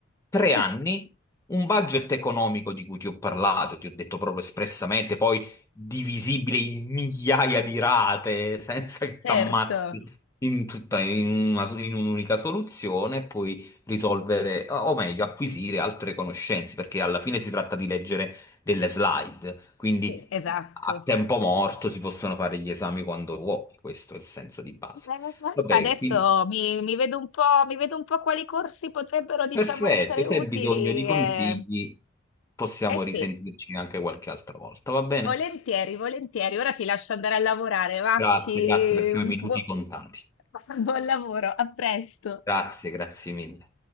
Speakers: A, on the left; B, on the left.
A: Tre anni,
B: <laughs>
A: un budget economico di cui ti ho parlato, ti ho detto proprio espressamente, poi divisibile in migliaia di rate, <laughs> senza che
B: certo.
A: ti ammazzi in tutta, in una- so, in un'unica soluzione, e poi risolvere, o meglio, acquisire altre conoscenze, perché alla fine si tratta di leggere delle slide. Quindi
B: Sì, esatto.
A: a tempo morto si possono fare gli esami quando vuoi, questo è il senso di base.
B: Eh,
A: Vabbè,
B: Adesso
A: quindi
B: mi, mi vedo un po', mi vedo un po' quali corsi potrebbero, diciamo,
A: perfetto,
B: essere
A: se
B: utili.
A: hai bisogno di consigli
B: Eh,
A: possiamo
B: eh sì,
A: risentirci anche qualche altra volta, va bene?
B: volentieri, volentieri. Ora ti lascio andare a lavorare, va?
A: Grazie,
B: Ci...
A: grazie perché
B: un
A: ho i minuti
B: buo-
A: contati.
B: <laughs> Buon lavoro, a presto.
A: Grazie, grazie mille.